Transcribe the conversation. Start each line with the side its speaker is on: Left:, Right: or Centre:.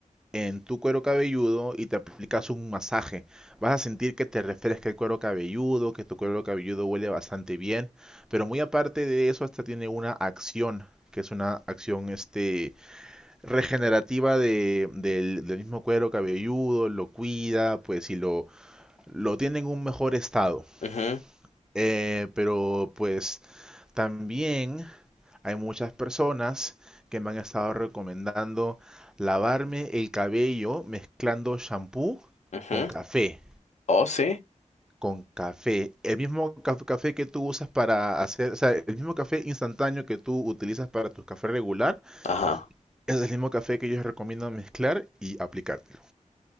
Centre: en tu cuero cabelludo y te aplicas un masaje. Vas a sentir que te refresca el cuero cabelludo, que tu cuero cabelludo huele bastante bien. Pero muy aparte de eso, hasta tiene una acción, que es una acción este, regenerativa de- del, del mismo cuero cabelludo, lo cuida, pues si lo lo tiene en un mejor estado.
Left: Ujú,
Centre: Eh, pero pues también hay muchas personas que me han estado recomendando lavarme el cabello mezclando shampoo
Left: ujú.
Centre: con café.
Left: Oh, sí.
Centre: Con café. El mismo caf- café que tú usas para hacer, o sea, el mismo café instantáneo que tú utilizas para tu café regular,
Left: Ajá.
Centre: es el mismo café que yo recomiendo mezclar y aplicártelo.